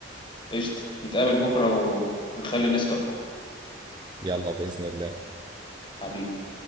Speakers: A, on the left (about 25°); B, on the right (about 25°).
A: قشطة نتقابل بكرة و... ونخلي الناس تحكم
B: يلا بإذن الله
A: حبيبي